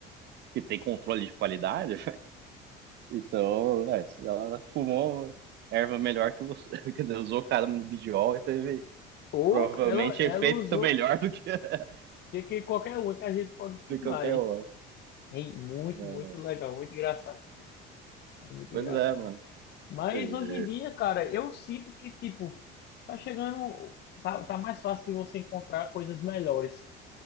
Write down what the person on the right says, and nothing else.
que tem controle de qualidade, Então, é, se ela fumou erva melhor que você, <laughs> quer dizer, usou caramba de bidiol e teve
provavelmente
efeito
melhor do que, <laughs>
do que qualquer
outro.
né?
Pois
é, mano.
E-